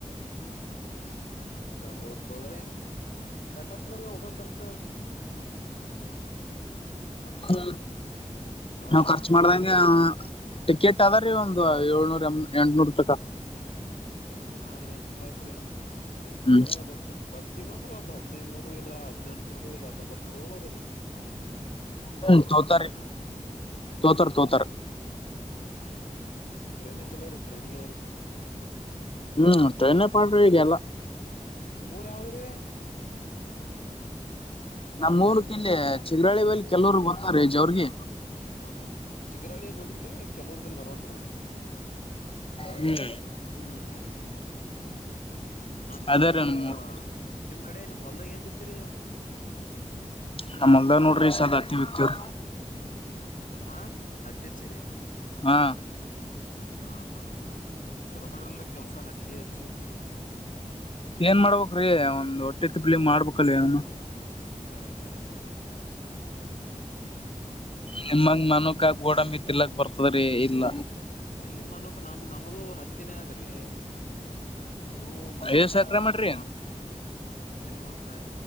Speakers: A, on the left; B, on the left.
A: ಹ್ಮ ಬ ಊರ್ಕ್ ಹೋದ್ರೆ ಗಟಾತ್ ಹೋಗ ರ್ಚ
B: ಹ್ಮ
A: ಹಾ
B: ನಾ್ ಖರ್ಚು ಮಾಡ್ದಂಗೆ ಟಿಕೆಟ್ ಅದಾರೀ ಒಂದು ಏಳ್ನೂರ ಎಂಟನೂರ್ ತಕ
A: ುರ್ಕಣ ಆದದ್ರ ಅಂದಂಗ ಎ ಟರ್ದಾಗ
B: ಹ್ಮ್
A: ಎಲ್ಲ ಬಸ್ ಈಗಂದ್ರೆ ಒಂದ ಹದ್ೈದುನೂರು ಇಲ್ಲ ಹದ್ೆಂಟನೂರು ಇಲ್ಲ ತೊಂಬತ್ೂರು ಹೋದ್ರಿ
B: ಹ್ಮ ತೋತರಿ ತೋತರ್ ತೋತರ್
A: ಹ್ಮ್ ಹ್ಮ್ ಹ ಟ್ರೈನನೆ ಚಲೋ ರೀ ಟ್ರೈನ ಅವ ರೀ ಸುಮ
B: ಹ್ಮ್ಟನ್ನೇ ಪಾಡ್ ಹಗೆಲ್ಲ
A: ಹ್ಮ ನಿಮ್ ಮೂರ್ ಯಾವದ್ರಿ
B: ನಮ್ಮ ಮೂರು ಕಲ್ಲಿ ಚಿಗರಾಳಿ ವಲ್ಲಿ ಕೆಲವರುಿಗೆ ಗೊತ್ತಾರೆ ರಜ ಅವ್ರಿಗೆ
A: ಹಾ ಹಾ ಹಾ ಚಿಕ್ಕರಹಳ್ಳಿ ನೋಡನ್್ರಿ ಕೆಲವರ್ ಬಲ್ಲಿ ಬರ್ಬೇಕ ರೀ ಒಂದ್ಸಸ್ತಿ ಹೌ
B: ಹ್ಮ್
A: ಹ್ಮ್ ಮತ್ತ
B: ಅದೇ
A: ಇದು
B: ರೀ ನಮ್ಮೂರ್
A: ನಿಮ್ ಕಡೆ ನಿಮ್ ಹೊಲ್ದಾಗ ಏನ್ ಬಿ ಕತ್ತ್ರ
B: ನಮ್ಮ ಹೊಲದಾಗ ನೋಡ್ರಿ ಈ ಸದ್ದ ಹತ್ತಿ ಬಿತ್ತಿವಿ
A: ಹಾ ಹತ್ತಿ ಹಚ್ಚಿರಿ
B: ಹಾ
A: ಹ ಹ ಚಲೋ ಮಾಡ್ರಲ್ ಕೆಲ್ಸ ಹತ್ತಿ ಹಚ್ಚಿ
B: ಏನ್ ಮಾಡ್ಬೇಕ್ರೀ ಒಂದ್ ಹೊಟ್ಟಿ ತಿಪ್ಲಿಗಿ ಮಾಡ್ಬೇಕಲ್ ಏನನ
A: ಕರೆ ಕರೆ ಕರೆ ಹ್ಮ್
B: ನಿಮ್ಮಂಗ ಮನಕ ಗೋಡಂಬಿತಿಲ್ಲಕ್ ಬರ್ತದ್ರಿ ಇಲ್ಲ
A: ಎಲ್ಲಿ ಮನಕ್ ನಮ ನಮ್ದು ಹತ್ತಿ ನೇ ಆದ ತೇಗಿ ಇವು ಮನುಕ
B: ಎಷ್ಟ್ ಎಕ್ರೆ ಮಾಡ್ರಿ
A: ನಮ್ಮ ಅದೇ ರೀ ಒಂದು